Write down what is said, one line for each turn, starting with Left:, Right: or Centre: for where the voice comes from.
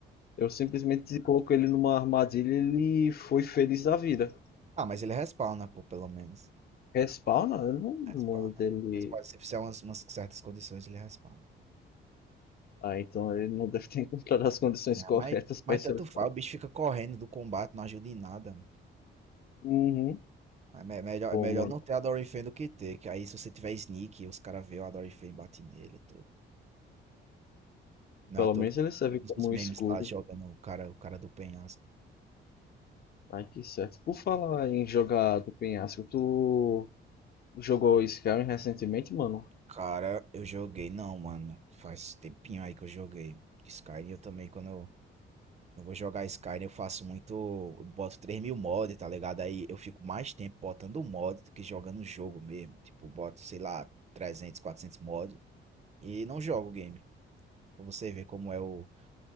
Left: Eu simplesmente coloquei ele numa armadilha e ele foi feliz da vida.
Right: Ah, mas ele respawna, pô, pelo menos.
Left: Respawna? Eu não
Right: Respawna.
Left: lembro dele.
Right: Respawna. Se fizer umas, umas certas condições, ele respawna.
Left: Ah, então ele não deve ter encontrado as condições
Right: Ah,
Left: corretas
Right: mas,
Left: pra
Right: mas
Left: esse
Right: tanto
Left: respawn.
Right: faz, o bicho fica correndo do combate, não ajuda em nada.
Left: Uhum.
Right: Mas me- é melhor,
Left: Pô,
Right: é melhor
Left: mano,
Right: não ter Adoring Fan do que ter, que aí se você tiver sneak, os caras veem o Adoring Fan e batem nele e tudo. Não
Left: pelo
Right: é à toa
Left: menos
Right: que
Left: ele serve como
Right: os
Left: um
Right: memes
Left: escudo.
Right: lá jogando o cara, o cara do penhasco.
Left: Ai, que certo. Por falar em jogar do penhasco, tu jogou Skyrim recentemente, mano?
Right: Cara, eu joguei, não, mano. Faz tempinho aí que eu joguei. Skyrim, eu também, quando eu, eu vou jogar Skyrim, eu faço muito. Eu boto três mil mods, tá ligado? Aí eu fico mais tempo botando mod do que jogando o jogo mesmo. Tipo, eu boto, sei lá, 300, 400 mods e não jogo o game. Pra você ver como é o.